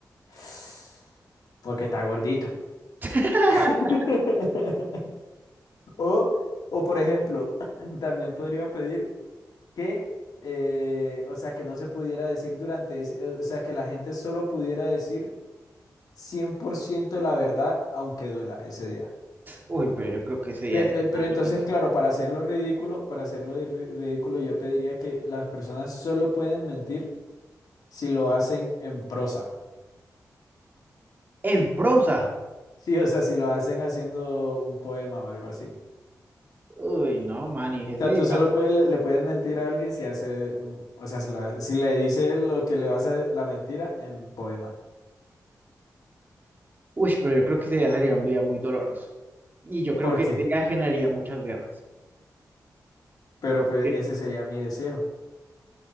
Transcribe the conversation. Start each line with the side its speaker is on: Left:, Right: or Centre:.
Left: <sighs> Porque está gordito.
Right: <laughs>
Left: <laughs> O, o por ejemplo, <clears throat> también podría pedir que, eh, o sea, que no se pudiera decir durante ese, eh, o sea, que la gente solo pudiera decir 100% la verdad, aunque duela ese día.
Right: Uy, pero yo creo que ese día
Left: Pero,
Right: sería
Left: eh, pero
Right: una
Left: entonces,
Right: mierda.
Left: claro, para hacerlo ridículo, para hacerlo de ri- ridículo, yo pediría que las personas solo pueden mentir si lo hacen en prosa.
Right: En prosa.
Left: Sí, o sea, si lo hacen haciendo un poema o algo así.
Right: Uy, no, man, y ese
Left: sea,
Right: día-
Left: tú solo puedes, le, le puedes mentir a alguien si hace un, o sea, si lo hace- si le dice lo que le vas a la mentira en poema.
Right: Uy, pero yo creo que ese día sería un día muy doloroso. Y yo creo
Left: ¿Por
Right: que
Left: qué?
Right: ese día generaría muchas guerras.
Left: Pero pues
Right: <laughs>
Left: ese sería mi deseo.